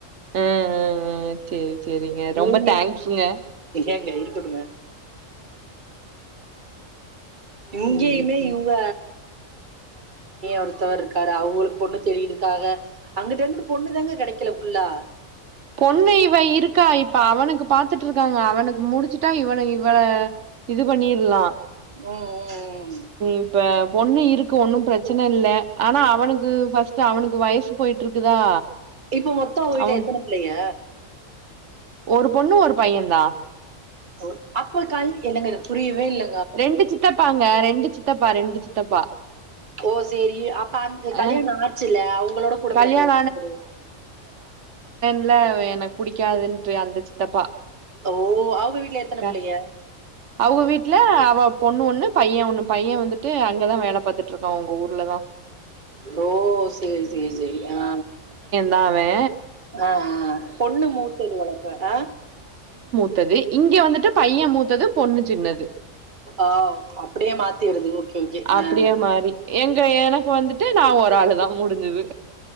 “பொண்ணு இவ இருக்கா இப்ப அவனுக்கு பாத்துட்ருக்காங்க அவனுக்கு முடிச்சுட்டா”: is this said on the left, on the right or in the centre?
Right